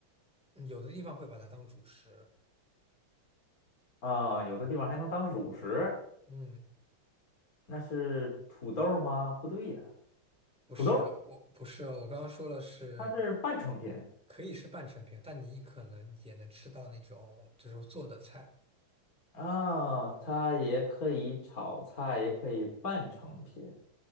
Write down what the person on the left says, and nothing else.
啊、有的地方还能当主食，
那是土豆吗？不对呀，
土豆。
它是半成品
啊，它也可以炒菜，也可以半成品。